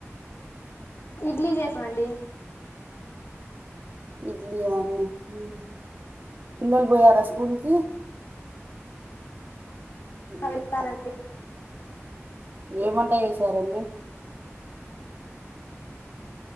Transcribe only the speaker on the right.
ఇద్ ఇడ్లీ ఆ అండి ఊ పిల్లల్ పోయారా స్కూల్కి ఉహుమ్
ఏం వంట చేసారండి